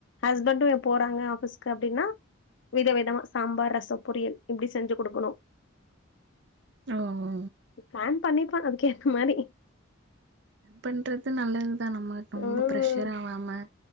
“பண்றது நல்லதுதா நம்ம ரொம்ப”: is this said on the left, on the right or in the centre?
Right